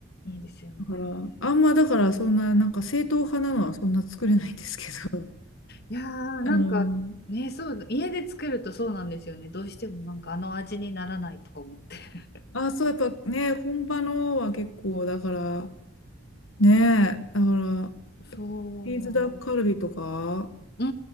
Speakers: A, on the left; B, on the left.
A: いいですよね。
B: だから、あんまだからそんな、なんか正統派なのはそんな作れないんですけど。
A: いやー、
B: <laughs> あの、
A: なんかね、そう、家で作るとそうなんですよね。どうしてもなんかあの味にならないとか思って。<laughs>
B: あ、そう、やっぱね、本場のは結構、だから、ね、だから、
A: そ
B: チーズダックカルビとか、
A: うなんです。うー